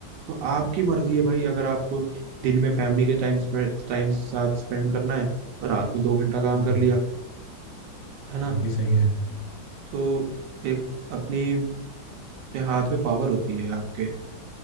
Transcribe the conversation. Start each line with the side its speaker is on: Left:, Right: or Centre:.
Right: तो आपकी मर्जी है भाई अगर आपको दिन में फैमिली के टाइम टाइम साथ स्पेंड करना है और रात में दो घंटा काम
Left: हम्म
Right: कर लिया है ना
Left: वो भी सही है
Right: तो एक अपनी अपने हाथ में पावर होती है आपके